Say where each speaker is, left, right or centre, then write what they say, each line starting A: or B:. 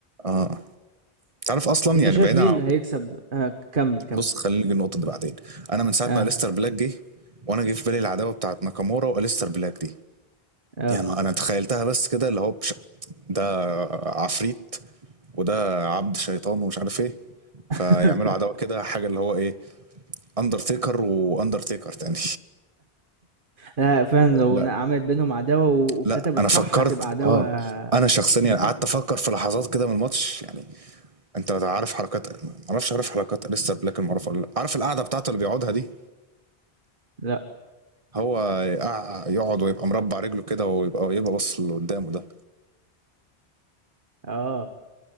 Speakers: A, on the right; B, on the right.
A: اه تعرف اصلا
B: انت
A: يعني
B: شايف
A: بعيدا
B: مين
A: عن
B: اللي هيكسب آه كمل كمل
A: بص خلينا نيجي النقطه دي بعدين انا من ساعه
B: اه
A: ما اليستر بلاك جه وانا جه في بالي العداوه بتاعت ناكامورا واليستر بلاك دي
B: اه
A: يعني انا تخيلتها بس كده اللي هو بش... ده عفريت وده عبد شيطان ومش عارف ايه
B: <laughs>
A: فيعملوا عداوة كده حاجة اللي هو ايه اندرتيكر واندرتيكر تاني
B: لا فعلا لو
A: لا
B: عملت بينهم عداوه و- وكتبت
A: لا انا
B: صح
A: فكرت
B: هتبقى عداوه
A: اه انا شخصيا يعني
B: مميتة.
A: قعدت افكر في لحظات كده من الماتش يعني انت عارف حركات ما اعرفش عارف حركات لسه بلاك المعروفة ولا لا عارف القعدة بتاعته اللي بيقعدها دي
B: لا
A: هو يقع- يقعد ويبقى مربع رجله كده ويبقى يبقى باص اللي قدامه ده
B: اه